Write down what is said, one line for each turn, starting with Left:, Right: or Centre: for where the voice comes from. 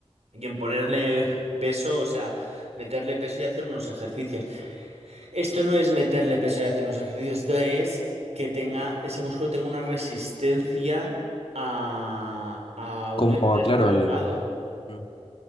Right: y en ponerle peso, o sea, meterle peso y hacer unos ejercicios. Esto no es meterle peso y hacer unos ejercicios, esto es que tenga, ese músculo tenga una resistencia a, a un
Left: Como,
Right: estrés
Left: claro,
Right: prolongado.
Left: al... Mm.